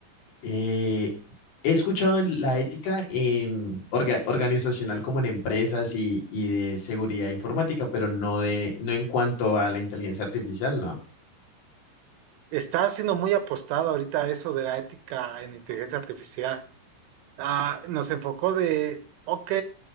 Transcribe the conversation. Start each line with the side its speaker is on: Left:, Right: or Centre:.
Left: Eh, he escuchado en la ética en orga- organizacional como en empresas y, y de seguridad informática, pero no, de, no en cuanto a la inteligencia artificial, no.
Right: Está siendo muy apostado ahorita a eso de la ética en inteligencia artificial. Ah, nos enfocó de, ok,